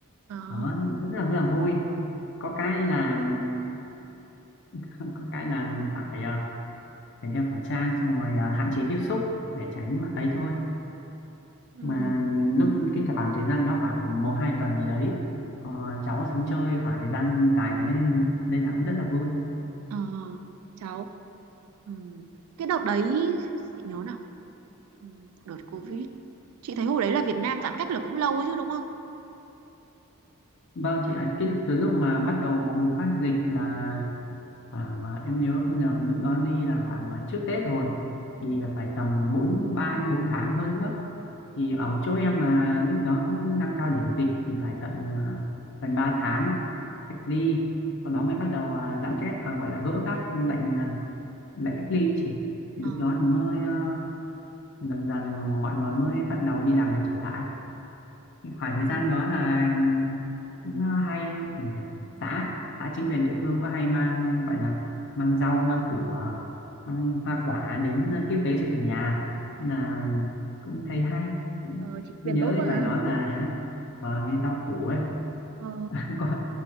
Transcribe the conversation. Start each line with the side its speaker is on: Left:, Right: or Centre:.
Right: đó,
Left: đó rất là rất là vui có cái là <laughs> có cái là phải ờ, phải đeo khẩu trang xong rồi ờ, hạn chế tiếp xúc để tránh ấy thôi
Right: ừ
Left: mà lúc cái khoảng thời gian đó khoảng một hai tuần gì đấy ờ, cháu xuống chơi khoảng thời gian dài thế nên nên là cũng rất là vui
Right: ờ cháu ừ. cái đợt đấy chị nhớ nào ừ. đợt Covid chị thấy hồi đấy là Việt Nam giãn cách là cũng lâu ấy chứ đúng không
Left: Vâng chị ạ, cái từ lúc mà bắt đầu bùng phát dịch là khoảng à, em nhớ không nhầm lúc đó đi là khoảng à, trước Tết rồi
Right: ừ
Left: thì phải tầm 4 3 4 tháng hơn nữa. Thì ở chỗ em là lúc đó cũng đang cao điểm dịch thì phải tận à, gần 3 tháng cách ly. Sau
Right: ừ
Left: đó mới bắt đầu à, giãn cách à, gọi là gỡ các lệnh à, lệnh cách ly ấy chị. Thì
Right: ờ
Left: lúc đó thì mới à, dần dần mọi người mới bắt đầu đi làm việc trở lại khoảng
Right: ô
Left: thời
Right: mà
Left: gian đó là cũng à, hay gì nhỉ xã xã chính quyền địa phương có hay mang gọi là mang rau mang củ à, mang hoa quả đến tiếp tế cho từng nhà
Right: ừ.
Left: nên là cũng thấy hay cũng
Right: ờ, chị quyền
Left: nhớ
Right: tốt
Left: cái
Right: quá hả
Left: thời đó là <laughs> và cái rau củ ấy
Right: ờ
Left: <laughs> có